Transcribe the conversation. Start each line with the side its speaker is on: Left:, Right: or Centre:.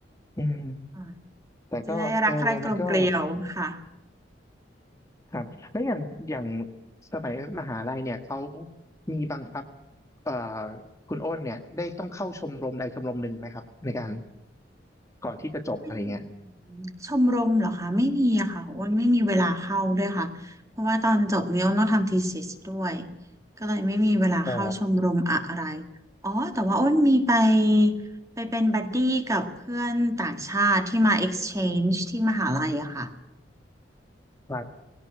Left: อืม
Right: ค่ะ
Left: แต่ก็เออมันก็
Right: จะได้รักใครกลมเกลียวค่ะ
Left: ครับแล้วอย่างอย่างสมัยมหาลัยเนี่ยเขามีบังคับเอ่อคุณอ้นเนี่ยได้ต้องเข้าชมรมใดชมรมหนึ่งไหมครับในการก่อนที่จะจบอะไรเงี้ย
Right: ไม่มีชมรมเหรอคะไม่มีอะค่ะอ้วนไม่มีเวลาเข้าด้วยค่ะเพราะว่าตอนจบเนี่ยอ้วนต้องทำ thesis ด้วยก็เลยไม่มีเวลาเข้าชมรมอะไร
Left: อ๋อ
Right: อ๋อแต่ว่าอ้วนมีไปไปเป็นบัดดี้กับเพื่อนต่างชาติที่มา exchange ที่มหาลัยอะค่ะ
Left: ครับ